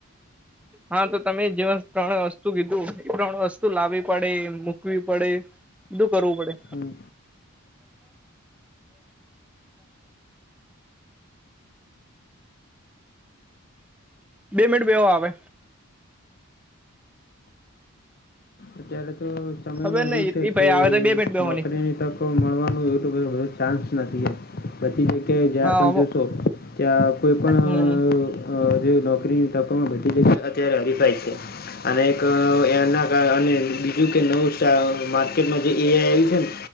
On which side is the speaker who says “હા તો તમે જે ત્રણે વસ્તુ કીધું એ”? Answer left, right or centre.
Centre